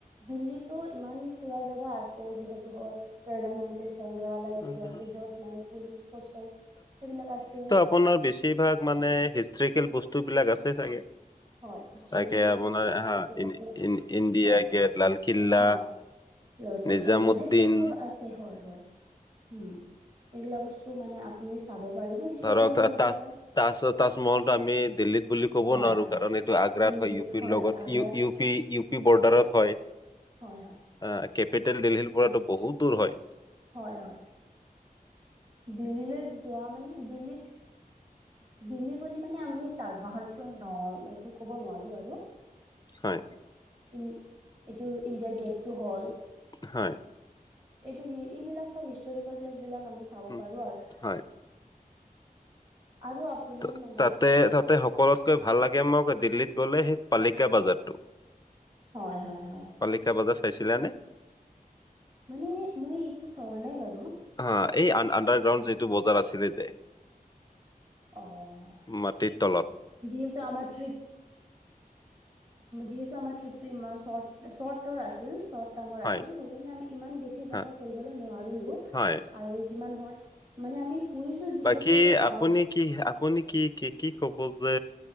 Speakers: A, on the right; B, on the left.
A: দিল্লীতো ইমান ফুৰা জেগা আছে যিহেতু হ'ল। প্ৰধানমন্ত্ৰ্ৰী সংগ্ৰহাহালয় এইটো
B: উম,
A: আছে য'ত মানে পুলিচ ফৰ্চৰ সেইবিলাক আছে।
B: পনৰ বেছিভাগ মানে হিষ্টৰিকেল বস্তু বিলাক আছে চাগে।
A: হয়িষ্টৰিেল
B: তাকে
A: বস্তু
B: আপোনাৰ
A: ক বেছিকে
B: হা
A: আছে
B: ইন
A: হয়,
B: ইন ইণ্ডিয়া
A: হয়,
B: গেট, লাল কিল্লা,
A: হয়। ল'টাচ
B: নিজামুদ্দিন
A: টেম্পল সেইবিলাক চব আছে হয়, হয়। উম, এইগিলা বস্তু মানে আপুনি চাব পাৰিব হিষ্টৰিকেল
B: ধৰক আ,
A: প্লেচ
B: তাজ
A: গেইটা।
B: তাজ তাজমহলতটো আমি দিল্লিত বুলি ক'ব
A: হয়
B: নোৱাৰো
A: হয়
B: কাৰণ এইটো আগ্ৰাত
A: নিউ
B: হয় ইউ পিৰ লগত
A: হয় আগ্ৰাত
B: ই ইউ পি ইউ পি বৰ্ডাৰত হয়।
A: হয় হয়
B: অ' কেপিটেল দিল্লীৰ পৰাতো বহুত দূৰ হয়।
A: হয়, হয়। দিল্লীলৈ যোৱা মানে দিল্লীত দিল্লী গ'লে মানে আমি তাজমহলতটো ন এইটো ক'ব নোৱাৰো বাৰু।
B: হয়,
A: ই এইটো ইণ্ডিয়া গেটটো হ'ল
B: হয়।
A: এইটো স এইবিলাক চব হিষ্টৰিকেল প্লেচ বিলাক আমি চাব
B: উম,
A: পাৰো আৰু
B: হয়
A: আৰু আপুনি
B: ত-
A: ম
B: তাতে তাতে সকলোতকৈ ভাল লাগে মোক দিল্লীত গ'লে সেই পালিকা বাজাৰটো।
A: হয়, হয়, হয়।
B: পালিকা বজাৰ চাইছিলা নে?
A: মানে মই এইটো চোৱা নাই বাৰু।
B: হা এই আডাৰ গ্ৰাউণ্ড যিটো বজাৰ আছিলে যে।
A: অ',
B: মাটিৰ তলত।
A: যিহেতু আাৰ ট্ৰিপ যিহেতু আমাৰ ট্ৰিপটো ইমান চৰ্টৰ আছিল। আছিল
B: হয়
A: সেইকাৰণে আমি ইমান বেছি
B: হা,
A: জাগা ফুৰিবলৈ নোৱাৰো
B: হয়
A: আৰু যিমান হয় মানে আমি ফুৰিছো যিহেতু
B: বাকী
A: অ'
B: আপুনি কি আপুনি কি কি কি ক'ব যে